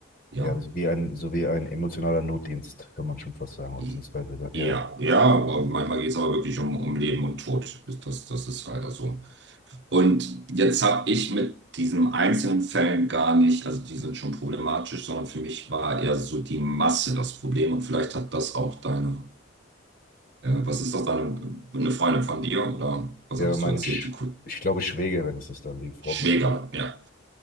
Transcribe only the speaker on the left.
ja, das ist wie ein, so wie ein emotionaler Notdienst, kann man schon fast sagen, oder
beziehungsweise, da- ja,
wäre
meine,
Sch
ich glaube, Schwägerin ist es dann, die Frau
von,